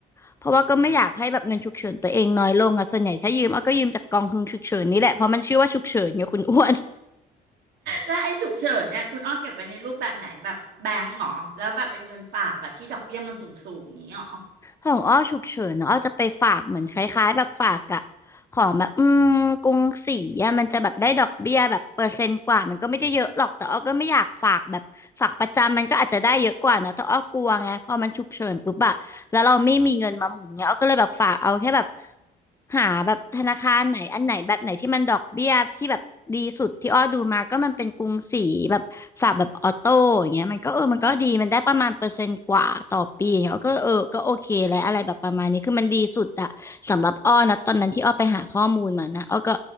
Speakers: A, on the left; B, on the right.
A: เพราะว่าก็ไม่อยากให้แบบเงินฉุกเฉินตัวเองน้อยลงอะส่วนใหญ่ถ้ายืมอ้อก็ยืมจากกองทุนฉุกเฉินนี่แหละเพราะมันชื่อว่าฉุกเฉินไงคุณอ้วน
B: แล้วไอ้ฉุกเฉินเนี่ยคุณอ้อเก็บไว้ในรูปแบบไหนแบบแบงก์เหรอแล้วแบบเป็นเงินฝากแบบที่ดอกเบี้ยมันสูงสูงนี้เหรอ
A: ของอ้อฉุกเฉินนอะอ้อจะไปฝากเหมือนคล้ายๆแบบฝากอะของแบบอืมกรุงศรีอะมันจะแบบได้ดอกเบี้ยแบบเปอร์เซ็นต์กว่ามันก็ไม่ได้เยอะหรอกแต่อ้อก็ไม่อยากฝากแบบฝากประจำมันก็อาจจะได้เยอะกว่าเนาะแต่อ้อกลัวไงพอมันฉุกเฉินปุ๊บอะแล้วเราไม่มีเงินมาหมุนเงี้ยอ้อก็เลยแบบฝากเอาแค่แบบ หาแบบธนาคารไหนอันไหนแบบไหนที่มันดอกเบี้ยที่แบบดีสุดที่อ้อดูมาก็มันเป็นกรุงศรีแบบฝากแบบออโต้อย่างเงี้ยมันก็เออมันก็ดีมันได้ประมาณเปอร์เซ็นต์กว่าต่อปีอย่างเงี้ยก็เออก็โอเคแล้วอะไรแบบประมาณนี้คือมันดีสุดอะสำหรับอ้อนะตอนนั้นที่อ้อไปหาข้อมูลมานะอ้อก็